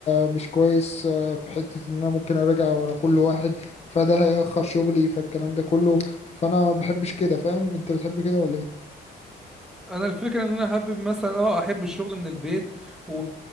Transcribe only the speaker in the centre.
انا الفكره ان انا احب مثلا اه احب الشغل من البيت و...